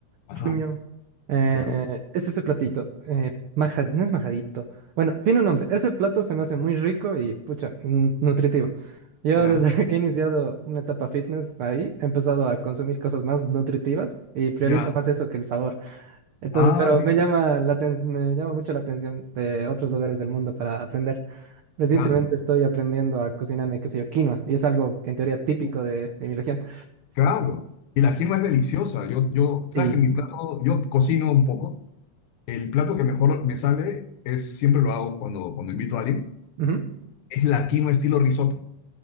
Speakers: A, on the left; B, on the right.
A: Ajá,
B: Chuño. Eh,
A: qué rico.
B: es ese platito. eh, maja- no es majadito. Bueno, tiene un nombre. Ese plato se me hace muy rico y, pucha, mm, nutritivo. Yo
A: Ya,
B: desde <laughs> que he iniciado una etapa fitness ahí, he empezado a consumir cosas más nutritivas y priorizo
A: ya.
B: más eso que el sabor. Entonces,
A: Ah,
B: pero
A: mira,
B: me llama la aten- me llama mucho la atención de otros lugares del mundo para aprender. Recientemente
A: claro,
B: estoy aprendiendo a cocinarme, qué sé yo, quinoa, y es algo que en teoría típico
A: Uh,
B: de, de mi región.
A: claro. Y la quinoa es deliciosa. Yo, yo, sabes
B: Sí.
A: que mi plato, yo cocino un poco. El plato que mejor me sale es, siempre lo hago cuando, cuando invito a alguien,
B: Ujú.
A: es la quinoa estilo risotto.